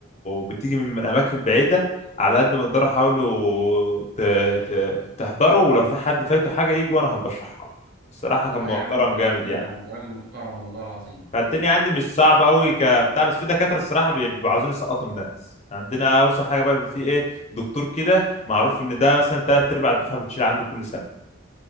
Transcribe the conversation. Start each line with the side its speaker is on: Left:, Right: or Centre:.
Left: بتيجي من من اماكن بعيدة على قد ما تقدروا حاولوا ت- ت- تحضروا ولو في حد فايته حاجة يجي وانا هبشرحها له. الصراحة
Right: والله
Left: كان محترم
Right: يا عم ربنا
Left: جامد
Right: يكرمه
Left: يعني
Right: يا عم ده راجل محترم والله العظيم
Left: فالدنيا عندي مش صعبة قوي كبتاع بس في دكاترة الصراحة بيبقوا عاوزين يسقطوا الناس عندنا اوسخ حاجة بقى بيبقى في ايه دكتور كده معروف ان ده مثلا تلات ارباع الدفعة بتشيل عنده كل سنة